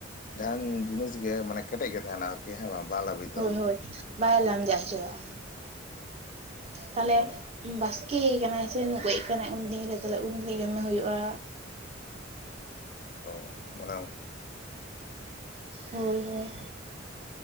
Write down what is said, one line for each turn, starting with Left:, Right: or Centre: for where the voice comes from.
Left: ᱡᱟᱦᱟᱱ ᱡᱤᱱᱤᱥ ᱜᱮ ᱢᱟᱱᱮ ᱠᱮᱴᱮᱡ ᱜᱮ ᱛᱟᱦᱮᱱᱟ ᱟᱨᱠᱤ ᱦᱮᱸ ᱵᱟᱝ ᱞᱟᱹᱵᱤᱛ
Right: ᱦᱳᱭ ᱦᱳᱭ ᱵᱟᱭ ᱞᱟᱢᱡᱟᱜ ᱪᱟᱵᱟᱜᱼᱟ ᱛᱟᱦᱚᱞᱮ
Left: ᱚ
Right: ᱵᱟᱥ ᱠᱮ ᱠᱟᱱᱟᱭ ᱥᱮ ᱜᱚᱡ ᱠᱟᱱᱟᱭ ᱩᱱᱫᱤᱱ ᱨᱮ ᱛᱟᱦᱚᱞᱮ ᱩᱱᱜᱷᱟᱹᱲᱤᱡ ᱡᱚᱢᱮ ᱦᱩᱭᱩᱜᱼᱟ
Left: ᱚ ᱢᱟᱱᱮ
Right: ᱦᱳᱭ ᱦᱳᱭ